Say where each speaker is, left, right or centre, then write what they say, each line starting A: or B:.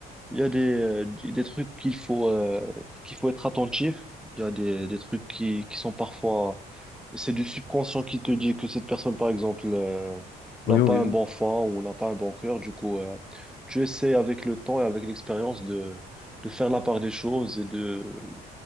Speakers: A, in the centre; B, on the left.
A: il y a des, euh, des trucs qu'il faut, euh, qu'il faut être attentif. Il y a des, des trucs qui, qui sont parfois... C'est du subconscient qui te dit que cette personne, par exemple, euh,
B: Oui,
A: n'a pas
B: oui,
A: un
B: oui.
A: bon fond ou n'a pas un bon cœur. Du coup, euh, tu essaies avec le temps et avec l'expérience de, de faire la part des choses et de,